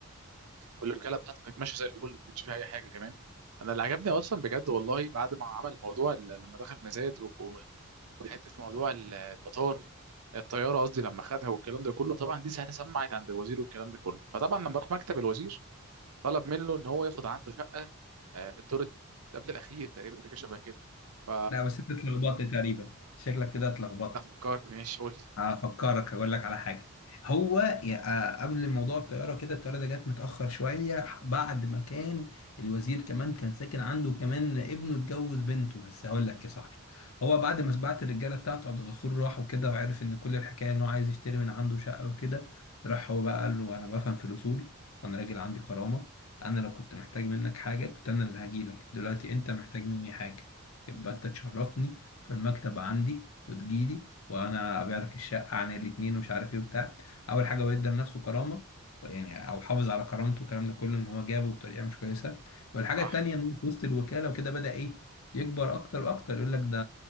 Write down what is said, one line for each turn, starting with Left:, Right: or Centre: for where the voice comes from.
Right: والوكاله بتاعته كانت ماشيه زي الفل ما كانش فيها اي حاجه كمان انا اللي عجبني اصلا بجد والله بعد ما عمل موضوع ال- لما دخل مزاد و- و- وحته موضوع ال- المطار الطياره قصدي لما خدها والكلام ده كله طبعا دي ساعتها سمعت عند الوزير والكلام ده كله فطبعا لما راح مكتب الوزير طلب منه ان هو ياخد عنده شقه آه، في الدور قبل الاخير تقريبا حاجه شبه كده ف
Left: لا بس انت اتلخبطت تقريبا شكلك كده اتلخبطت
Right: فكرت ماشي قلت
Left: هفكرك اقول لك على حاجه هو يا- قبل موضوع الطياره كده الطياره ده جت متاخر شويه بعد ما كان الوزير كمان كان ساكن عنده كمان ابنه اتجوز بنته بس هقول لك يا صاحبي هو بعد ما بعت الرجاله بتاعته عبد الغفور راح وكده وعرف ان كل الحكايه انه عايز يشتري من عنده شقه وكده راح هو بقى قال له انا بفهم في الاصول وانا راجل عندي كرامه انا لو كنت محتاج منك حاجه كنت انا اللي هجيلك دلوقتي انت محتاج مني حاجه يبقى انت تشرفني في المكتب عندي وتجيلي وانا ابيع لك الشقه عن الاتنين ومش عارف ايه وبتاع اول حاجه هو ادى لنفسه كرامه يعني او حافظ على كرامته والكلام ده كله ان هو جابه بطريقه مش كويسه والحاجه
Right: صح
Left: التانيه ان هو في وسط الوكاله وكده بدا ايه يكبر اكتر واكتر يقول لك ده